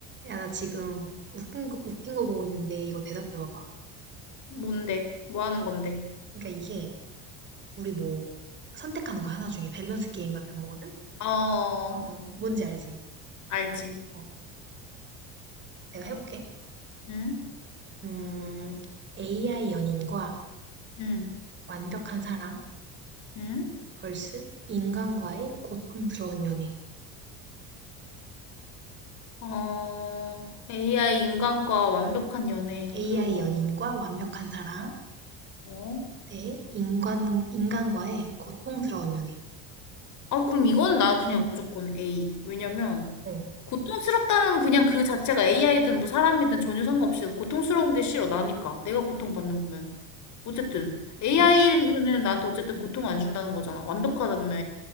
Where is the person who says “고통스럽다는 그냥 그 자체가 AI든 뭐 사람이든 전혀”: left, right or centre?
Left